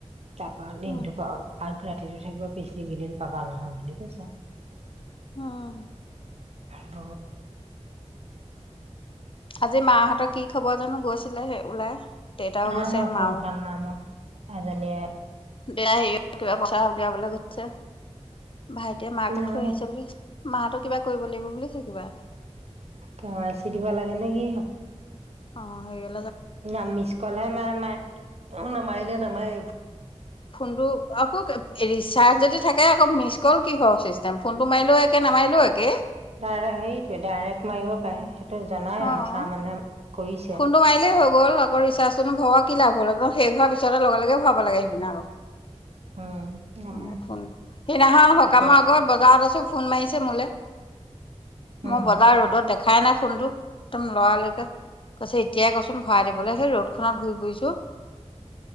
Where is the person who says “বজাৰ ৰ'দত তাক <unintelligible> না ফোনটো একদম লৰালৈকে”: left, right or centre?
Left